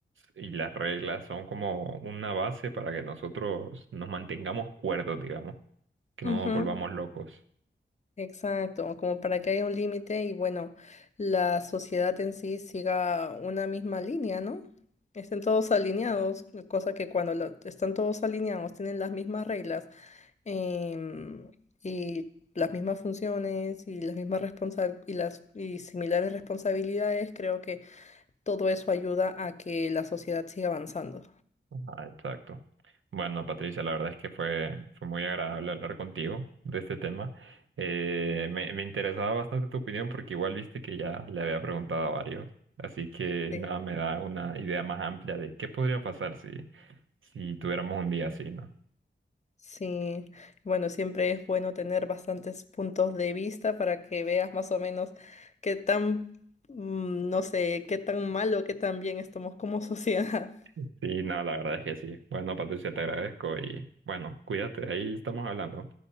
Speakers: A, on the right; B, on the left.
A: y las reglas son como una base para que nosotros nos mantengamos cuerdos, digamos, que
B: Ujú.
A: no nos volvamos locos.
B: Exacto, como para que haya un límite y bueno, la sociedad en sí siga una misma línea, ¿no? Estén todos alineados, cosa que cuando la- están todos alineados tienen las mismas reglas em, y las mismas funciones y las mismas responsa- y las y similares responsabilidades, creo que todo eso ayuda a que la sociedad siga avanzando.
A: Ah, exacto. Bueno, Patricia, la verdad es que fue, fue muy agradable hablar contigo de este tema. Eh, me, me interesaba bastante tu opinión porque igual viste que ya le había preguntado a varios. Así que
B: Sí.
A: nada, me da una idea más amplia de qué podría pasar si, si tuviéramos un día así, ¿no?
B: Sí, bueno, siempre es bueno tener bastantes puntos de vista para que veas más o menos qué tan, mm, no sé, qué tan malo, qué tan bien estamos como sociedad. <laughs>
A: Sí, no, la verdad es que sí. Bueno, Patricia, te agradezco y bueno, cuídate, ahí estamos hablando.